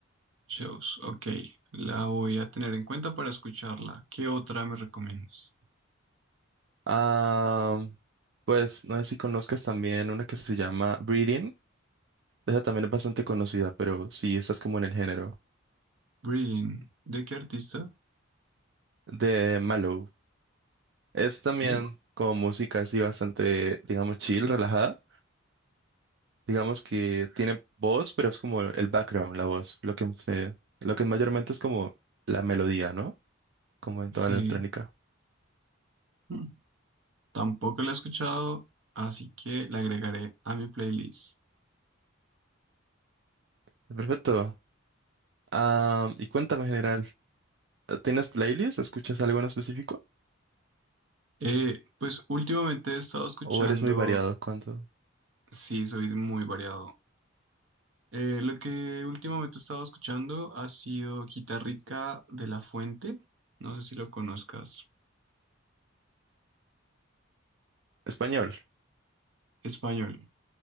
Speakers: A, on the right; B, on the right.
A: Shows. Ok. La voy a tener en cuenta para escucharla. ¿Qué otra me recomiendas?
B: Ah, pues no sé si conozcas también una que se llama Breathing Esa también es bastante conocida, pero sí, esta es como en el género
A: Breathing. ¿De qué artista?
B: de Mallow. Es también
A: Uh,
B: como música así bastante, digamos, chill, relajada. Digamos que tiene voz, pero es como el background, la voz. Lo que, se- lo que mayormente es como la melodía, ¿no? Como en
A: sí.
B: toda la electrónica.
A: Mm, Tampoco la he escuchado, así que la agregaré a mi playlist.
B: Perfecto. Ah, y cuéntame en general, ¿tienes playlist? ¿Escuchas algo en específico?
A: Eh, pues últimamente he estado escuchando,
B: ¿O eres muy variado cuando...
A: sí, soy muy variado. Eh, lo que últimamente he estado escuchando ha sido Quitarrica de la Fuente, no sé si lo conozcas,
B: Español.
A: español.